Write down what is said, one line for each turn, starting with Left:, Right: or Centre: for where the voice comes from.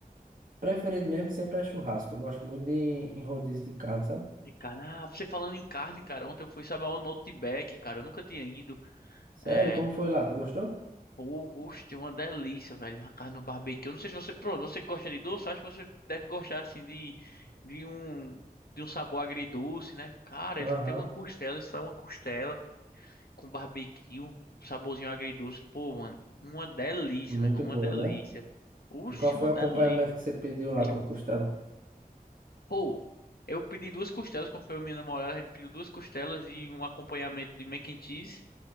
Right: preferido mesmo sempre é churrasco. Eu gosto muito de, em rodízio de carne, sabe?
Left: E, cara, ah, você falando em carne, cara, ontem eu fui, sabe, aonde? no Outback, cara, eu nunca tinha ido.
Right: Sério,
Left: É,
Right: como foi lá? Tu gostou?
Left: pô, gostei, uma delícia, velho, a carne no barbecue. Eu não sei se você, pronto, você que gosta de doce, eu acho que você deve gostar, assim, de, de um, de um sabor agridoce, né? Cara, ele
Right: Aham,
Left: tem uma costela, isso é uma costela, com barbecue, um saborzinho agridoce. Pô, mano, uma delícia,
Right: Muito
Left: meu irmão,
Right: boa,
Left: uma delícia.
Right: né?
Left: Oxe,
Right: E qual foi
Left: uma
Right: o
Left: delícia.
Right: acompanhamento que você pediu lá
Left: <clears throat>
Right: com a costela?
Left: Pô, eu pedi duas costelas, como foi a minha namorada, a gente pediu duas costelas e um acompanhamento de mac and cheese